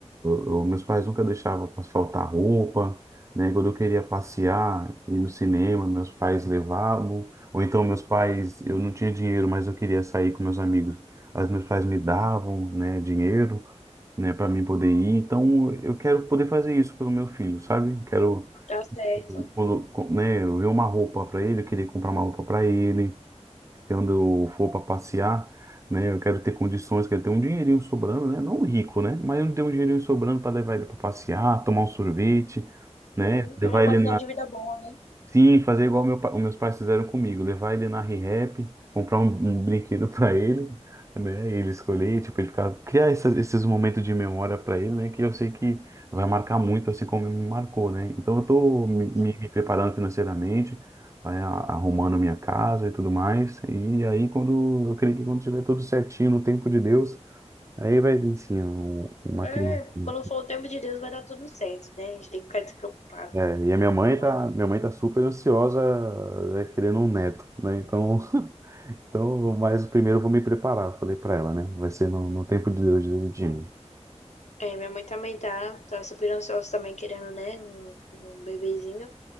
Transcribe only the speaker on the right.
eu- meus pais nunca deixavam pra faltar roupa, né, quando eu queria passear, ir no cinema, meus pais levavam, ou então meus pais, eu não tinha dinheiro, mas eu queria sair com meus amigos, as meus pais me davam, né, dinheiro, né, para mim poder ir. Então, eu quero poder fazer isso pelo meu filho, sabe? Quero,
quando, co- né, eu ver uma roupa para ele, eu queria comprar uma roupa para ele, quando eu for para passear, né, eu quero ter condições, quero ter um dinheirinho sobrando, né? Não rico, né? Mas eu não tenho um dinheirinho sobrando para levar ele para passear, tomar um sorvete, né?
Levar
ele
Sim, fazer igual meu, pa- os meus pais fizeram comigo, levar ele na Rehap, comprar um, um brinquedo para ele, né? E ele escolher, tipo, ele ficar, criar essas- esses momentos de memória para ele, né? Que eu sei que vai marcar muito, assim como me marcou, né? Então eu tô me, me-
me preparando financeiramente, né, a- arrumando minha casa e tudo mais. E aí quando eu creio que quando tiver tudo certinho no tempo de Deus, aí vai vir sim um- uma
criança. né,
é, e a minha mãe
tá, minha mãe tá super ansiosa, é, querendo um neto, né? Então, <laughs> então, mas primeiro eu vou me preparar, falei para ela, né? Vai ser no, no tempo de Deus direitinho.